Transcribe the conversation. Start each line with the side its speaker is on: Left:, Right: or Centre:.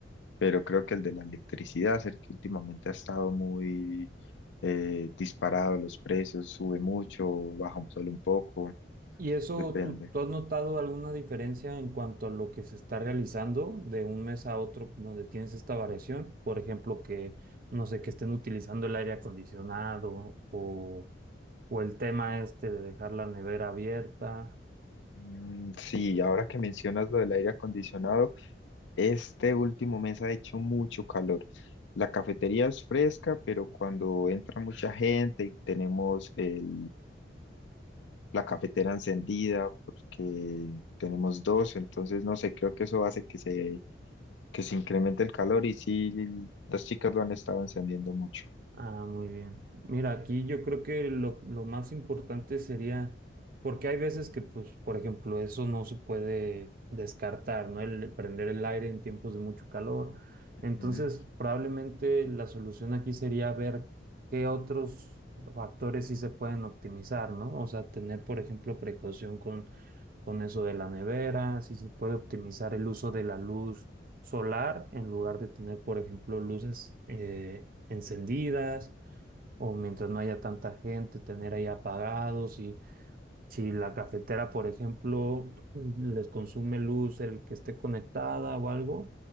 Left: pero creo que el de la electricidad es el que últimamente ha estado muy eh, disparado los precios, sube mucho, baja solo un poco,
Right: ¿Y eso,
Left: depende.
Right: tú, tú has notado alguna diferencia en cuanto a lo que se está realizando de un mes a otro donde tienes esta variación? Por ejemplo, que, no sé, que estén utilizando el aire acondicionado o, o el tema este de dejar la nevera abierta.
Left: Mm, Sí, ahora que mencionas lo del aire acondicionado, este último mes ha hecho mucho calor. La cafetería es fresca, pero cuando entra mucha gente y tenemos el, la cafetera encendida, porque tenemos dos, entonces no sé, creo que eso hace que se, que se incremente el calor y sí, las chicas lo han estado encendiendo mucho.
Right: Ah, muy bien. Mira, aquí yo creo que lo, lo más importante sería, porque hay veces que, pues, por ejemplo, eso no se puede descartar, ¿no? El prender el aire en tiempos de mucho calor.
Left: Ujú.
Right: Entonces, probablemente la solución aquí sería ver qué otros factores sí se pueden optimizar, ¿no? O sea, tener, por ejemplo, precaución con, con eso de la nevera, si se puede optimizar el uso de la luz solar en lugar de tener, por ejemplo, luces eh, encendidas o mientras no haya tanta gente, tener ahí apagados y si la cafetera, por ejemplo, les consume luz el que esté conectada o algo,